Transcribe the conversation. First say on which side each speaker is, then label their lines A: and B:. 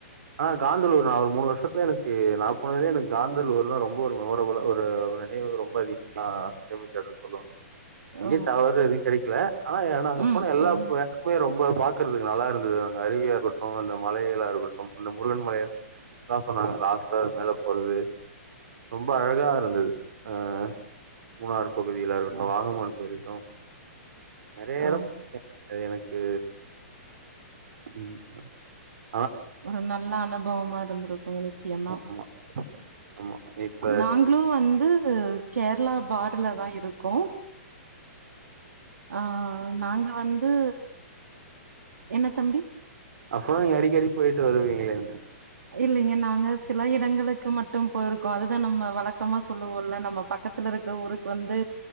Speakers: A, on the right; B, on the right.
A: ஆனா காந்தளூர் நா ஒரு மூணு வருஷத்துல எனக்கு நா போனதுலயே எனக்கு காந்தளூர்தா ரொம்ப ஒரு ஒரு ஒரு ஒரு ஒரு நினைவு ரொம்ப அதிகமா சேமிச்சதன்னு சொல்லுவே அங்கயு
B: ஓ
A: டவர் எது கெடைக் கல ஆனா ஏ நாங்க
B: ம்
A: போன எல்லா
B: ம்
A: ஆ எடமுமே ரொம்ப பாக்கறதுக்கு நல்லா இருந்தது ஆனா அருவியா இருக்கட்டு அந்த மலைகளா இருக்கட்டு அந்த முருகன் மலை தா சொன்னாங்க லாஸ்டா மேல போறது ரொம்ப அழகா இருந்தது ஆ மூணார் பகுதிகளா இருக்கட்டு வாகமான் போயிருக்கோ நெறைய
B: ஓ
A: எடோ <inaudible> அது எனக்கு ம் ஆ
B: ஒரு நல்ல அனுபவமா இரு ந்துரு அவங்க நிச்சயமா
A: ஆமா ஆமா இப்ப
B: நாங்களு வந்து து கேரளா பா டர்லதா இருக்கோ ஆ நாங்க வந்து என்ன தம்பி
A: அப்பன்னா நீங்க அடிக்கடி போயிட்டு வருவீங்களே அங்க
B: இல்லைங்க நாங்க சில எடங்களுக்கு மட்டும் போயிரு க்கோ அதுதா நம்ம வழக்கமா சொல்லுவோ இல்ல நம்ம பக்கத்துல இருக்கிற ஊருக்கு வந்து